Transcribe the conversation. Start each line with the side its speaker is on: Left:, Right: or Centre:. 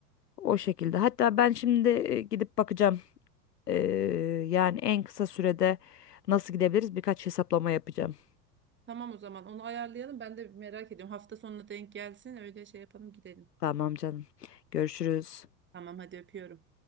Left: O şekilde. Hatta ben şimdi e, gidip bakacağım. Ee, yani en kısa sürede nasıl gidebiliriz? Birkaç hesaplama yapacağım.
Right: Tamam o zaman onu ayarlayalım ben de merak ediyorum. Hafta sonuna denk gelsin öyle şey yapalım gidelim.
Left: Tamam canım. Görüşürüz.
Right: Tamam hadi öpüyorum.